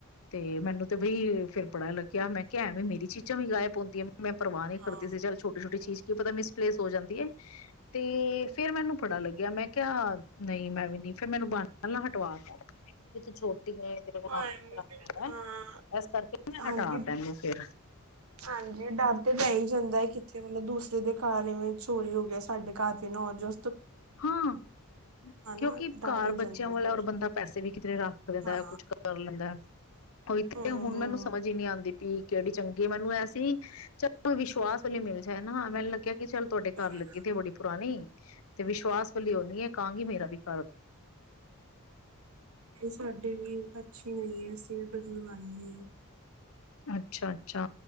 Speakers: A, on the left; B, on the right.
A: ਤੇ ਮੈਨੂੰ ਤੇ ਬਈ ਫੇਰ ਬੜਾ ਲੱਗਿਆ ਕਿਹਾ ਮੈਂ ਕਿਹਾ ਵੀ ਮੇਰੀ ਚੀਜ਼ਾਂ ਵੀ ਗਾਇਬ ਹੁੰਦੀਆਂ ਪਈਆ। ਮੈਂ ਪਰਵਾਹ ਨਹੀਂ
B: ਹਾਂ
A: ਕਰਦੀ ਸੀ ਚੱਲ ਛੋਟੀ ਛੋਟੀ ਚੀਜ਼ ਕੀ ਪਤਾ ਮਿਸਪਲੇਸ ਹੋ ਜਾਂਦੀ ਹੈ ਤੇ ਫਿਰ ਮੈਨੂੰ ਪੜਾ ਲੱਗਿਆ ਮੈਂ ਕਿਹਾ ਨਹੀਂ ਮੈਂ ਵੀ ਨਹੀਂ ਫਿਰ ਮੈਨੂੰ ਬ ਨਾਲ ਹਟਵਾਤਾ ਜ ਤੂੰ ਛੋਟ ਤੇਰੇ ਕੰਮ
B: ਹਾਂ
A: ਨ
B: ਐਵੇਂ
A: ਕਰਾਾ
B: ਫਿਰ ਹਾਂ
A: ਇਸ ਕਰਕੇ ਮੈਂ
B: ਹਾਂਜੀ
A: ਹਟਾ ਤੈਨੂੰ ਫਿਰ
B: ਹਾਂਜੀ ਡਰ ਤੇ ਬਹਿ ਹੀ ਜਾਂਦਾ ਹੈ ਕਿੱਥੇ ਮਤਲਬ ਦੂਸਰੇ ਦੇ ਕਾਰਰ ਇਵੇਂ ਚੋਰੀ ਹੋ ਗਿਆ ਸਾਡੇ ਘਰ ਦੇ ਨਾਲ ਜੋ
A: ਹਾਂ
B: ਹਨਾ
A: ਕਿਉਂਕਿ
B: ਡਰ
A: ਘਰ
B: ਹੋ
A: ਬੱਚਿਆਂ
B: ਜਾਂਦਾ
A: ਵਾਲਾ
B: ਫਿਰ
A: ਔਰ ਬੰਦਾ ਪੈਸੇ ਵੀ ਕਿਤੇਰੇ ਰੱਖ ਦਿੰਦਾ
B: ਹਾਂ
A: ਹੈ ਕੁਛ ਕਰ ਲੈਂਦਾ ਇਥੇ
B: ਹਮ
A: ਹੁਣ
B: ਹਮ
A: ਮੈਨੂੰ ਸਮਝ ਹੀ ਨਹੀਂੀ ਆਉਂਦੀ ਵੀ ਕਿਹੜੀ ਚੰਗੀ ਮੈਨੂੰ ਐਸੀ ਚਲ ਵਿਸ਼ਵਾਸ ਉਹਲੀ ਮਿਲ ਜਾਏ ਨਾ ਮੈਨੂੰ ਲੱਗਿਆ ਚੱਲ ਤੁਹਾਡੇ
B: ਹਾਂ
A: ਘਰ ਲੱਗੇ ਤੇ ਬੜੀ ਪੁਰਾਣੀ <inaudible> ਤੇ ਵਿਸ਼ਵਾਸ ਲਿਉਨੀ ਹੈ ਕਹਾਂਗੀ ਮੇਰਾ ਵੀ <inaudible>
B: ਸਾਡੀ ਵੀ ਅੱਛੀ ਨਈਂ ਐ ਸ <inaudible> <unintelligible>
A: ਅੱਛਾ ਅੱਛਾ